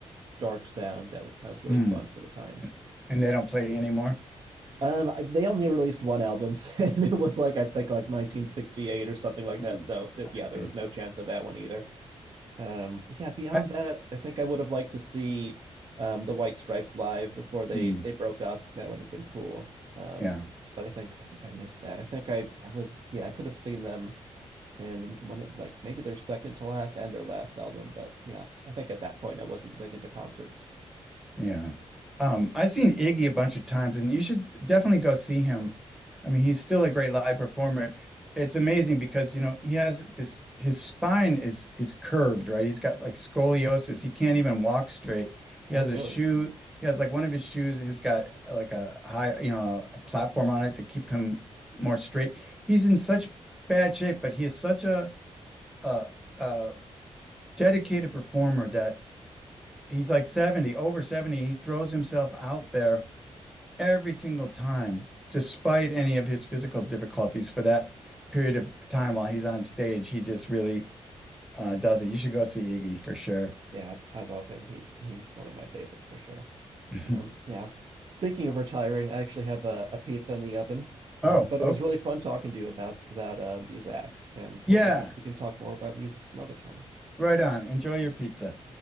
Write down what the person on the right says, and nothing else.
dark sound that was that was really
fun for the time.
Um, I, they only released one album, <laughs> and it was like I think like 1968 or something like
that. So th-
yeah,
there was no chance of that one either um yeah beyond
that i think i would have liked to see um the white stripes live before they
they broke up that would have been cool um
but i think i think i missed that i think i i was yeah i could have seen them in one of like maybe their second to last and their last album but yeah i think at that point i wasn't big into concerts
oh
really
yeah i love him he's he's one of my favorites for sure
Um, yeah. Speaking of retiring, I actually have a, a pizza in the oven.
Um, but
it was really fun talking to you about about uh, these acts, and hopefully
we, sh- we can talk more about music some other time.